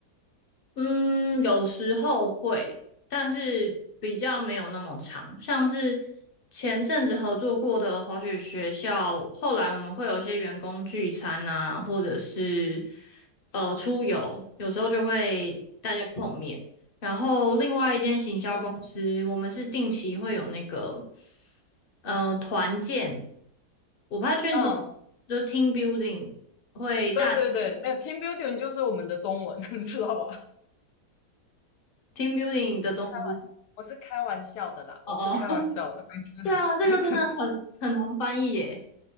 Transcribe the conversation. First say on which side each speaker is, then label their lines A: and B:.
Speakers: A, on the left (about 40°); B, on the left (about 75°).
A: 嗯，有时候会，但是比较没有那么长。像是前阵子合作过的滑雪学校，后来我们会有一些员工聚餐啊，或者是呃出游，有时候就会大家碰面。然后另外一间行销公司，
B: 哦，
A: 我们是定期会有那个呃团建，我怕太确定中，
B: 嗯，
A: 就 team building 会大
B: 对对对，没有 team building 就是我们的中文，<laughs> 知道吧？
A: team building 的中文是
B: 我是开玩，我是开玩笑的啦，
A: 哦哦。
B: 我是开玩笑的，没事，
A: 对啊，这个真的很很难翻译耶，
B: <laughs>